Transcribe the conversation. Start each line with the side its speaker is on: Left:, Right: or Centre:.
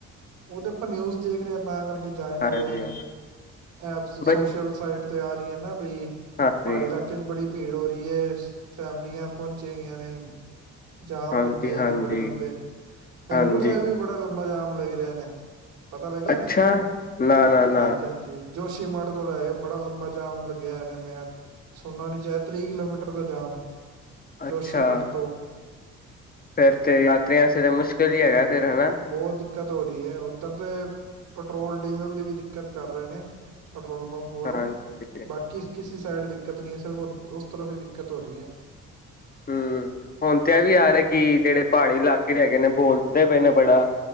Right: ਉਹ ਤੇ ਆਪਾਂ ਨਿਊਜ਼ ਦੇਖ ਰ ਹਾਂ ਤਾਂ ਕਰਕੇ ਜਾ ਨੀ
Left: ਹਾਂਜੀ
Right: ਰਹੇ ਐਪਸ
Left: ਬ
Right: ਸੋਸ਼ਲ ਸਾਈਟ ਤੇ ਆ ਰਹੀ। ਨਾ ਬਈ
Left: ਹਾਂਜੀ
Right: ਪਹਾੜੀ ਇਲਾਕੇ ਚ ਬੜੀ ਭੀੜ ਹੋ ਰਹੀ ਹੈ ਫੈਮਲੀਆਂ ਪਹੁੰਚਈਆਂ ਹੋਈਆ ਨੇ। ਜਾਮ
Left: ਹਾਂਜੀ
Right: ਲੱਗੇ
Left: ਹਾਂਜੀ
Right: ਨੇ ਬੜੇ ਲੰਬੇ ਹੇਮਕੁੰਟ
Left: ਹਾਂਜੀ
Right: ਸਾਹਿਬ ਵੀ ਬੜਾ ਲੰਬਾ ਜਾਮ ਲੱਗਾ। ਕਿਰਿਆ ਨੇ ਪਤਾ ਲੱਗਿਆ
Left: ਅੱਛਾ
Right: ਨੇ
Left: ਨਾ ਨਾ ਨਾ
Right: ਹਾਂਜੀ ਹਾਂਜੀ ਜੋਸ਼ੀ ਮਠ ਤੋਂ ਲੈ ਕੇ ਬੜਾ ਲੰਬਾ ਜਾਮ ਲੱਗਿਆ ਇਹਨੇ ਮੇ ਸੁਣਨਾ ਨੀ ਚਾਹ ਤੀਹ ਕਿਲੋਮੀਟਰ ਦਾ ਜਾਮ। ਜੋਸ਼ੀ
Left: ਅੱਛਾ
Right: ਮਠ ਤੋਂ
Left: ਫੇਰ ਤੇ ਯਾਤਰੀਆਂ ਲਈ ਤਾਂ ਮੁਸ਼ਕਿਲ ਹੀ ਹੈਗਾ। ਫੇਰ ਹਨਾ
Right: ਬੋਤ ਦਿੱਕਤ ਹੋ ਰਹੀ ਹੈ ਉੱਧਰ ਤੇ ਪੈਟਰੋਲ ਡੀਜ਼ਲ ਦੀ ਵੀ ਦਿੱਕਤ ਕਰ ਰਹੇ ਨੇ। ਪੈਟਰੋਲ ਪੰਪ ਵਾਲੇ
Left: ਹਾਂਜੀ
Right: ਬਾਕੀ ਕਿਸੇ ਸਾਈਡ ਦਿੱਕਤ ਨਹੀਂ ਹੈ ਸਿਰਫ ਉਸ ਤਰਫ ਹੀ ਦਿੱਕਤ ਹੋ ਰਹੀ ਹੈ।
Left: ਹੂੰ ਹੁਣ ਤੇ ਇਹ ਵੀ ਯਾਰ ਹੈ ਕਿ ਜਿਹੜੇ ਪਹਾੜੀ ਇਲਾਕੇ ਹੈਗੇ ਨੇ ਬੋਲਦੇ ਪਏ ਨੇ ਬੜਾ